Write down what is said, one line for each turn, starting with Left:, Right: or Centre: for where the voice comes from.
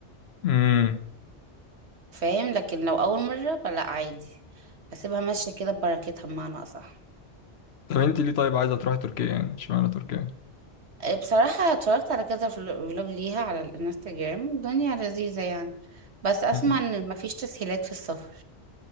Left: امم
Right: فاهم لكن لو اول مرة فلا عادي بسيبها ماشية كده ببركتها بمعنى اصح
Left: طب انت ليه طيب عايزه تروحي تركيا يعني اشمعنى تركيا
Right: أه، بصراحة اتفرجت على كذا فل- فلوج ليها على الانستجرام الدنيا لذيذة يعني بس اسمع
Left: مم.
Right: ان مفيش تسهيلات في السفر